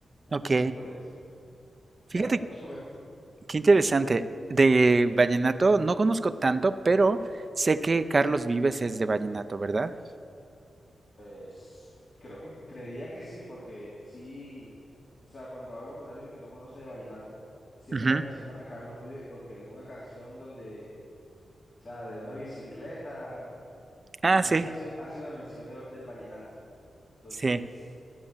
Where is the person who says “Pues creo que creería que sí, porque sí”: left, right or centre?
Left